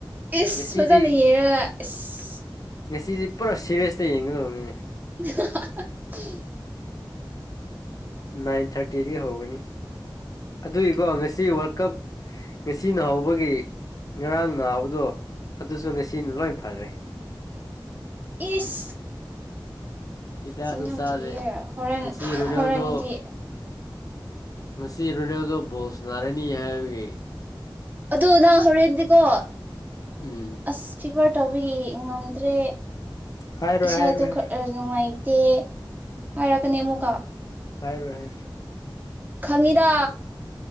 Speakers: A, on the right; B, on the left.
A: ꯏꯁ
B: ꯉꯁꯤꯗꯤ
A: ꯐꯖꯅ ꯌꯦꯡꯉꯒ ꯏꯁ
B: ꯉꯁꯤꯁꯤ ꯄꯨꯔꯥ ꯁꯦꯔꯤꯌꯁꯇ ꯌꯦꯡꯒꯗꯧꯕꯅꯤꯅꯦ
A: <inaudible>
B: ꯅꯥꯏꯟ ꯊꯥꯔꯇꯤꯗꯒꯤ ꯍꯧꯒꯅꯤ ꯑꯗꯨꯏꯀꯣ ꯉꯁꯤ ꯋꯥꯔꯜ ꯀꯞ ꯉꯁꯤꯅ ꯍꯧꯕꯒꯤ ꯉꯔꯥꯡ ꯅꯥꯕꯗꯣ ꯑꯗꯨꯁꯨ ꯉꯁꯤꯅ ꯂꯣꯏ ꯐꯈ꯭ꯔꯦ
A: ꯏꯁ
B: ꯍꯤꯗꯥꯛꯁꯨ
A: ꯁꯤꯤꯟꯅꯨꯡ
B: ꯆꯥꯗꯦ
A: ꯊꯤꯒꯤ ꯍꯣꯔꯦꯟ
B: ꯉꯁꯤ ꯔꯣꯅꯦꯜꯗꯣ
A: ꯍꯣꯔꯦꯟꯗꯤ
B: ꯃꯁꯤꯁꯤ ꯏꯔꯅꯦꯗꯣ ꯣꯁꯅꯔꯦ ꯅꯤ ꯍꯥꯏꯕꯒ
A: ꯑꯗꯨ ꯅꯍ ꯍꯣꯔꯦꯟꯗꯤꯀꯣ
B: ꯎꯝ
A: ꯑꯁ ꯐꯤꯚꯔ ꯇꯧꯕꯒꯤ ꯉꯝꯗ꯭ꯔꯦ
B: ꯍꯥꯏꯔꯣꯏ
A: ꯏꯁꯥꯗ
B: ꯍꯥꯏꯔꯣꯏ ꯍꯥꯏꯔꯣꯏ
A: ꯈꯔ ꯅꯨꯡꯉꯥꯏꯇꯦ ꯍꯥꯏꯔꯛꯒꯅꯦꯃꯨꯀ
B: ꯍꯥꯏꯔ ꯍꯥꯏ
A: ꯈꯃꯤꯗꯥ